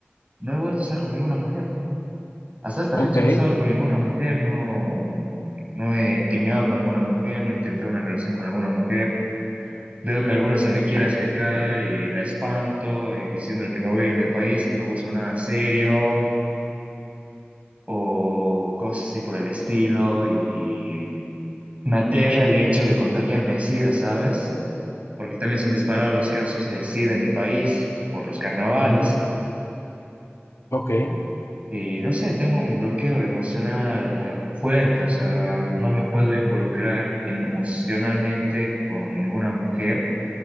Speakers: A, on the right; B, on the left.
A: No he vuelto a estar con ninguna mujer. Hasta esta
B: ok,
A: fecha no he estado con ninguna mujer, no, no he intimidado con ninguna mujer, no he intentado una relación con alguna mujer. Veo que alguna se me quiere acercar y la espanto, eh, diciéndole que me voy a ir del país, que no busco nada serio, o cosas así por el estilo, y me aterra el hecho de contagiarme de SIDA, ¿sabes? Porque también se han disparado los casos de SIDA en mi país por los carnavales.
B: ujú, ok,
A: Y no sé, tengo un bloqueo emocional fuerte, o sea, no me puedo involucrar emocionalmente con ninguna mujer.